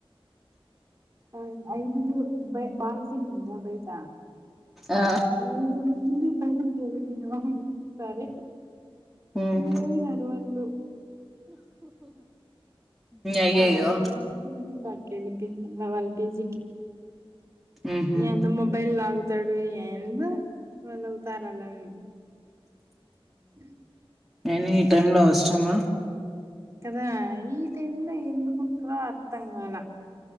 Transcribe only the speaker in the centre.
ఆ
ఉమ్
అయ్యయ్యో
ఉహు
నేను ఈ టైం లో వస్తున్న